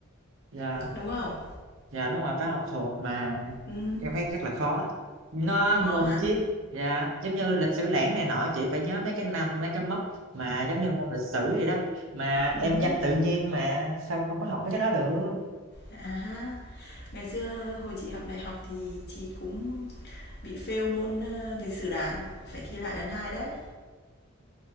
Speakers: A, on the right (about 60°); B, on the left (about 50°).
A: Dạ,
B: đúng không?
A: dạ đúng rồi, phải học thuộc mà
B: Ừm,
A: Em thấy chắc là khó. Nó
B: khó
A: môn
B: hả?
A: triết dạ, giống như lịch sử lẻn này nọ chị phải nhớ mấy cái năm, mấy cái mốc mà giống như môn lịch sử vậy đó. Mà
B: Ừm
A: em
B: hứm,
A: văn tự nhiên mà sao không có học mấy cái đó được?
B: à ha. Ngày xưa hồi chị học đại học thì chị cũng bị fail môn, ơ, lịch sử Đảng, phải thi lại lần 2 đấy.